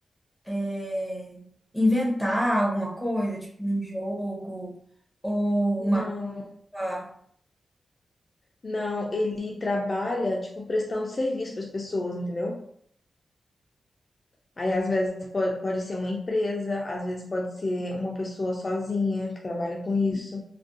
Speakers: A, in the centre; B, on the left.
A: é, inventar alguma coisa, tipo um jogo ou
B: Não,
A: uma. ah,
B: não. Ele trabalha, tipo, prestando serviço para as pessoas, entendeu? Aí, às vezes, pode, pode ser uma empresa, às vezes, pode ser uma pessoa sozinha que trabalha com isso.